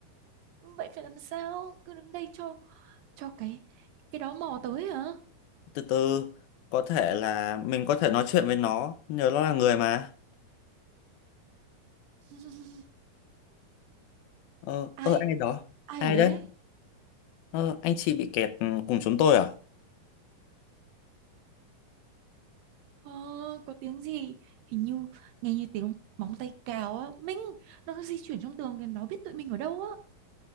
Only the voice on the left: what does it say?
từ từ có thể là mình có thể nói chuyện với nó nếu nó là người mà
ờ
ờ ai đó
ai
đấy
ờ anh chị bị kẹt cùng chúng tôi à